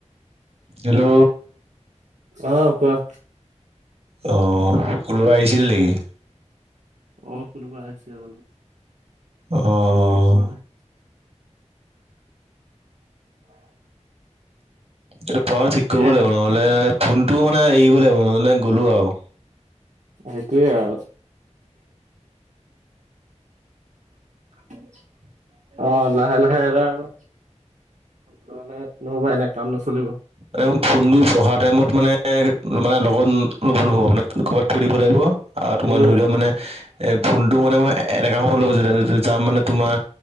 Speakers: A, on the right; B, on the right.
A: হেল্ল'।
B: অ' কোৱা।
A: অ' সকলো আহিছিল নেকি?
B: অ' কোনোবা আহিছে
A: অ'।
B: ওচৰৰে।
A: এতিয়া পঢ়া ঠিক
B: সেইয়াই
A: কৰিবই লাগিব
B: আৰু
A: নহ'লে ফোনটো মানে এৰিবই লাগিব নহলে গ'লো আৰু।
B: হেটোয়ে আৰু। <inaudible> অ' লাহে লাহে এৰা আৰু নহলে নহ'ব এনে কাম নচলিব।
A: মানে মোৰ ফোনটো পঢ়া টাইমত মানে মানে লগত ল'ব নহ'ব মানে ক'ৰবাত থৈ দিব লাগিব। আৰু তোমাৰ
B: উম
A: ধৰি লোৱা মানে এ ফোনটো মানে মই এনেকা সময়ত ল'ব যে যাম মানে তোমাৰ